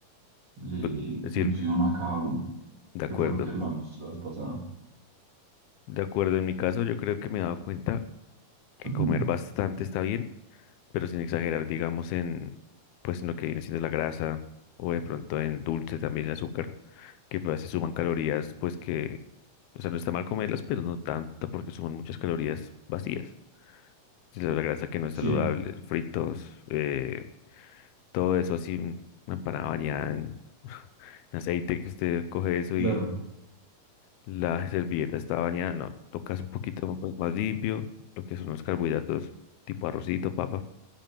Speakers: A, on the right (about 30°); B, on the left (about 80°).
A: le
B: lo que sirve.
A: funciona a cada uno,
B: De acuerdo.
A: que fue lo que hablamos la vez pasada.
B: De acuerdo, en mi caso yo creo que me he dado cuenta que
A: Ujú.
B: comer bastante está bien, pero sin exagerar, digamos, en pues en lo que viene siendo la grasa o de pronto en dulce también el azúcar, que pues, a veces suman calorías, pues que, o sea, no está mal comerlas, pero no tanto porque suman muchas calorías vacías. Si La grasa que no es
A: Sí,
B: saludable, fritos, eh, todo eso así, en una empanada bañada en, <laughs> en aceite, que usted coge eso
A: claro.
B: y la servilleta está bañada, no, tocas un poquito pues, más limpio, lo que son los carbohidratos tipo arrocito, papa,